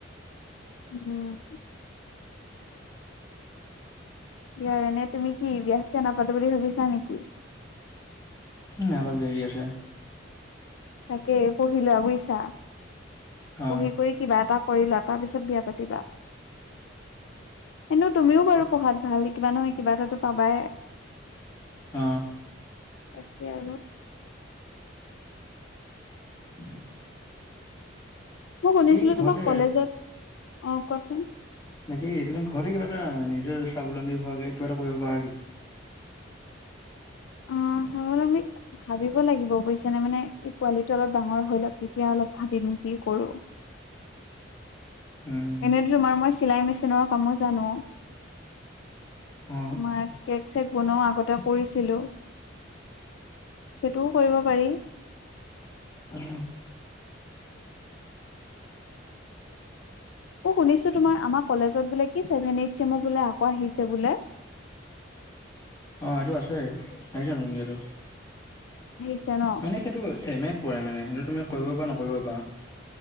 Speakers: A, on the left; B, on the left.
A: উম, কি এনে তুমি কি বিয়া, চিয়া নাপাতো বুলি ভাবিছা নেকি?
B: উম, অলপ দেৰি আছে।
A: তাকে পঢ়ি লোৱা বুজিছা,
B: অ
A: পঢ়ি কৰি কিবা এটা কৰি লোৱা, তাৰ পিছত বিয়া পাতিবা। কিন্তু তুমিও বাৰু পঢ়াত ভাল, কিবা নহয় কিবা এটাটো পাবাই।
B: অ,
A: তাকে আৰু।
B: <inaudible>
A: মই শুনিছিলো
B: এই ঘৰতে
A: তোমাৰ কলেজত অ, কোৱাচোন?
B: বাকী তুমি ঘৰতে কিবা এটা নিজে স্বাৱলম্বী হোৱাকে কিবা এটা কৰিব পাৰা কিন্তু।
A: অ, স্বাৱলম্বী ভাবিব লাগিব বুজিছা নে, মানে এই পোৱালিটো অলপ ডাঙৰ হৈ লওকঁ তেতিয়া অলপ ভাবিম কি কৰো।
B: উম,
A: এনেতো তোমাৰ মই চিলাই মেচিনৰ কামো জানো,
B: অ
A: তোমাৰ কেক, চেক বনাও আগতে কৰিছিলো, সেইটোও কৰিব পাৰি।
B: উম,
A: অ, শুনিছো তোমাৰ, আমাৰ কলেজত বোলে, কি চছেভেন, এইচ, ছেমৰ বোলে আকৌ আহিছে বোলে।
B: অ, এইটো আছে, আহিছে নতুনকে।
A: আহিছে ন,?
B: মানে সেইটো এম, এত, পৰে মানে, সেইটো তুমি কৰিব, পাৰা নকৰিব পাৰা।